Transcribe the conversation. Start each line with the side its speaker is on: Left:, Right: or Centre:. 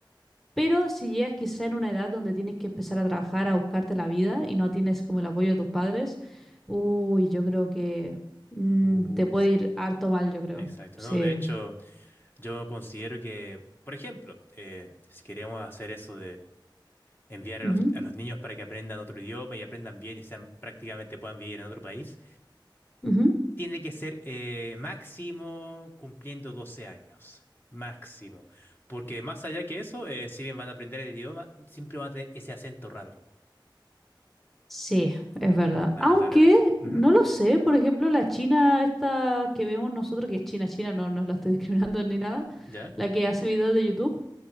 Centre: Pero si llegas quizá en una edad donde tienes que empezar a trabajar, a buscarte la vida y no tienes como el apoyo de tus padres, uy, yo creo que mm,
Left: Uy,
Centre: te puede
Left: sí,
Centre: ir harto mal, yo creo.
Left: exacto,
Centre: Sí.
Left: ¿no? De hecho, yo considero que, por ejemplo, eh, si queremos hacer eso enviar a
Centre: Ujú,
Left: los, a los niños para que aprendan otro idioma y aprendan bien y sean prácticamente puedan vivir en otro país,
Centre: ujú.
Left: tiene que ser eh, máximo cumpliendo 12 años. Máximo. Porque más allá que eso, eh, si bien van a aprender el idioma, siempre van a tener ese acento raro,
Centre: Sí, es verdad.
Left: lamentablemente.
Centre: Aunque
Left: Ujú.
Centre: no lo sé, por ejemplo, la China esta que vemos nosotros, que es China, China, no, no la estoy <laughs> discriminando ni nada,
Left: ¿Ya?
Centre: la que hace videos de YouTube,